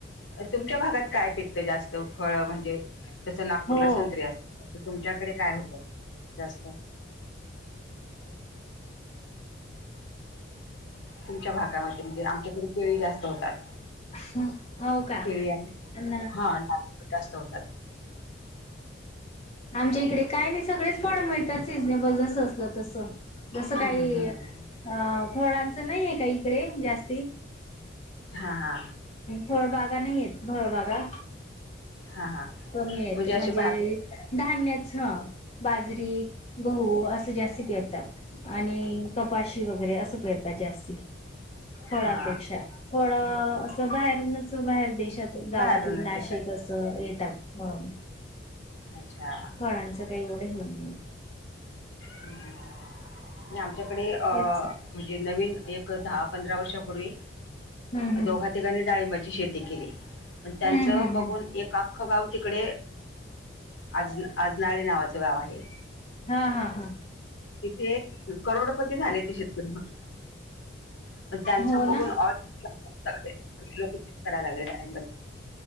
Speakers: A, on the left (about 75°); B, on the left (about 30°).
A: तुमच्या भागात काय पिकतं जास्त फळ म्हणजे नागपूरला
B: हो
A: संत्री असत तुमच्याकडे काय होतं जास्त तुमच्या भागामध्ये म्हणजे आमच्याकडे केळी जास्त होतात
B: ह हो का
A: केळी आणि
B: पण
A: हा नागपूर जास्त होतात
B: आमच्या इकडे काय नाही सगळेच फळे मिळतात सिजनेबल तसं तस
A: हम्म
B: नाही
A: हम्म
B: फळांचं नाही आहे इकडे जास्ती
A: हा हा
B: फळबागा नाहीयेय फळबागा
A: हा हा
B: कमीयेत हे म्हणजे
A: अशी बाहेर
B: धान्य बाजरी गहू हो असं जास्ती पेरतात आणि कपाशी वगैरे अस पेरतात जासकती
A: हा
B: फळांपेक्षा थोडं असं बाहेरूनच बाहेर देशात <unintelligible> गावातून
A: बाहेरूनच
B: नाशिक
A: येतात
B: अला सतात
A: अच्छा
B: फळांचं काही एवढं नाही
A: हे आणि आमच्याकडे म्हणजे
B: तेच
A: नवीन एक दहा पंधरा वर्षापूर्वी
B: हम्म हम्म
A: दोघा तिघांनी डाळीब शेती केली त्यांचं
B: हम्म हम्म.
A: बघून एक आख गाव तिकड आजनाळे नावाचं गाव आहे.
B: ह. ह.
A: तिथे करोडपती झाले शेतकरी <unintelligible>
B: हो ना